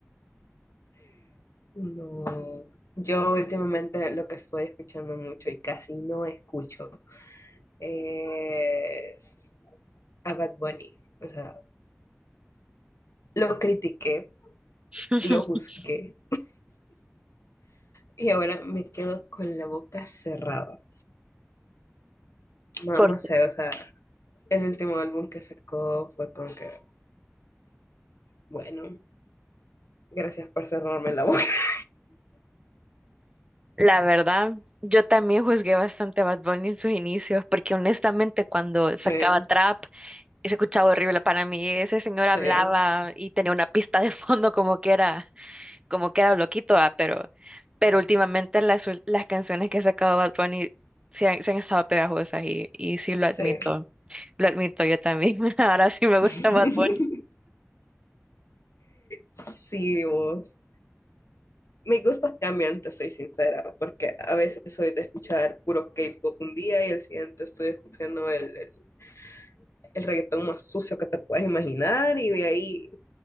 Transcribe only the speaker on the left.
No. Yo últimamente lo que estoy escuchando mucho y casi no escucho es a Bad Bunny. O sea, lo critiqué,
lo juzgué y ahora me quedo con la boca cerrada. No,
no sé, o sea, el último álbum que sacó fue como que, bueno, gracias por cerrarme la boca. <laughs>
Sí,
sí,
sí.
<laughs>
Sí, vos. Mis gustos cambian, te soy sincera, porque a veces soy de escuchar puro K-pop un día y el siguiente estoy escuchando el, el, el reggaetón más sucio que te puedas imaginar y de ahí